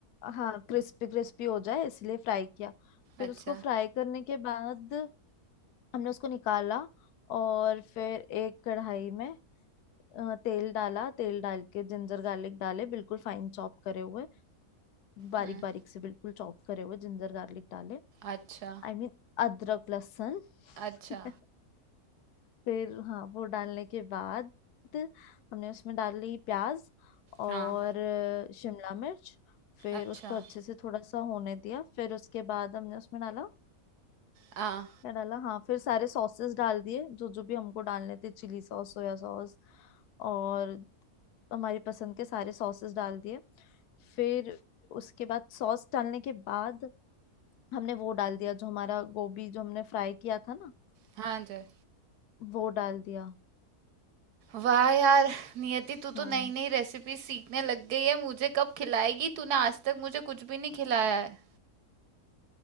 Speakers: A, on the left; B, on the right.
A: हाँ क्रिस्पी क्रिस्पी हो जाए इसलिए फ्राई किया फिर
B: अच्छा
A: उसको फ्राई करने के बाद हमने उसको निकाला और फिर एक कढ़ाई में अ, तेल डाला तेल डाल के जिंजर गार्लिक डाले बिल्कुल फाइन चॉप करे हुए बारीक
B: हम्म
A: बारीक से बिल्कुल चॉप करे हुए जिंजर गार्लिक डाले
B: अच्छा,
A: आई I मीन mean, अदरक लहसुन
B: अच्छा।
A: <laughs> फिर हाँ वो डालने के बाद हमने उसमें डाली प्याज और
B: हाँ,
A: अ, शिमला मिर्च फिर
B: अच्छा।
A: उसको अच्छे से थोड़ा सा होने दिया फिर उसके बाद हमने उसमें डाला
B: हाँ,
A: क्या डाला हाँ फिर सारे सॉसेस डाल दिए जो जो भी हमको डालने थे चिली सॉस सोया सॉस और हमारी पसंद के सारे सॉसेस डाल दिए फिर उसके बाद सॉस डालने के बाद हमने वो डाल दिया जो हमारा गोभी जो हमने फ्राई किया था ना
B: हाँ जी।
A: वो डाल दिया
B: वाह यार! नियति तू
A: हाँ
B: तो नई-नई रेसिपी सीखने लग गई है। मुझे कब खिलाएगी? तूने आज तक मुझे कुछ भी नहीं खिलाया है।